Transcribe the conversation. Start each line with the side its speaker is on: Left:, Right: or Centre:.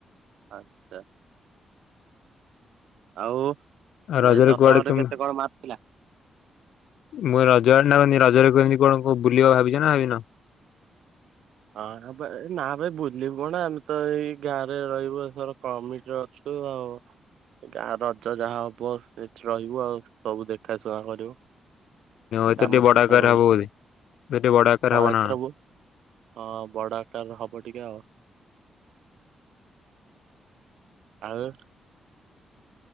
Right: ଆଚ୍ଛା। ଆଉ
Left: ଆଉ ରଜରେ
Right: ଭାଇ ଦଶମରେ
Left: କୁଆଡେ କେମ
Right: କେତେ କଣ ମାର୍କ ଥିଲା?
Left: ମୁଁ ରଜଗଡି ନା କି ରଜରେ କେମିତି କଣ ବୁ ବୁଲିବ ଭାବିଛ ନା ଭାବିନ?
Right: ହଁ ନା ଭାଇ ବୁଲିବୁ କଣ ଆମେ ତ ଏଇ ଗାଁରେ ରହିବୁ ଏଥର କମିଟିର ଶୁ ଆ <unintelligible> ଗାଁ ରଜ ଯାହା ହବ ସେଠି ରହିବୁ ଆଉ ସବୁ ଦେଖାଶୁଣା କରିବୁ।
Left: ଏଥର
Right: କାମ
Left: ଟିକେ ବଡ
Right: ଠିକ୍
Left: ଆକାର
Right: ଠାକ୍ ହଉଛି,
Left: ହବ ବୋଧେ ଏଥର ଟିକେ ବଡ ଆକାର
Right: କଣ
Left: ହବ ନା
Right: ଏଥର ବୋ ହଁ ବଡ ଆକାରର ହବ ଟିକେ ଆଉ। ଆଉ